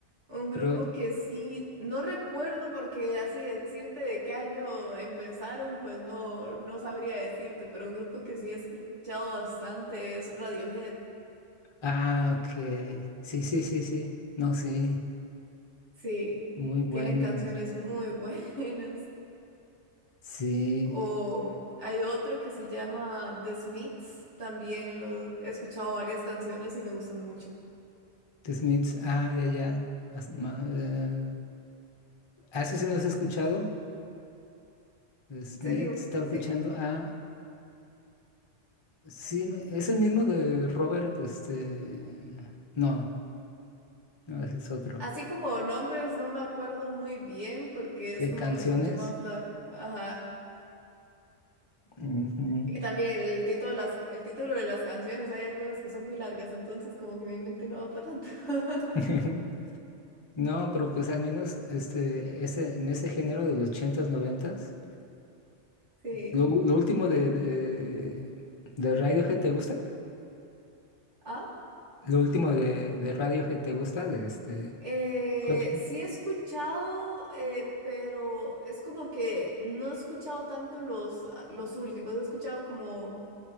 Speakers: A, on the right; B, on the left.
A: Un grupo
B: Pero,
A: que sí, no recuerdo porque así decirte de qué año empezaron, pues no, no sabría decirte, pero un grupo que sí he escuchado bastante es Radiohead.
B: ah, ok. Sí, sí, sí, sí. No, sí.
A: Sí,
B: Muy buenos.
A: tienen canciones muy <laughs> buenas.
B: Sí.
A: O
B: eh,
A: mm, hay otro que se llama The Smiths, también lo he escuchado varias canciones y me gusta mucho.
B: The Smiths, ah, ya, ya. as- ma- eh, ah, eso sí no los he escuchado. The Smiths,
A: En serio,
B: estaba
A: sí.
B: escuchando. Ah, sí, me- es el mismo de Robert, este. No, no, ese es otro.
A: Así como nombres no me acuerdo muy bien porque es
B: De
A: como
B: canciones.
A: escucho más la, ajá,
B: Ujú.
A: Y también el título de las, el título de las canciones, hay algunas que son muy largas, entonces como que mi mente no va para tanto. <laughs>
B: <laughs> No, pero pues al menos este, ese, en ese género de los ochentas noventas.
A: Sí.
B: Lo, lo último de, de, de Radiohead, ¿te gusta?
A: Ah,
B: Lo último de, de Radiohead, ¿te gusta? De este...
A: eh,
B: ¿Cuál fue?
A: sí he escuchado, eh, pero es como que no he escuchado tanto los, ah, los últimos, he escuchado como,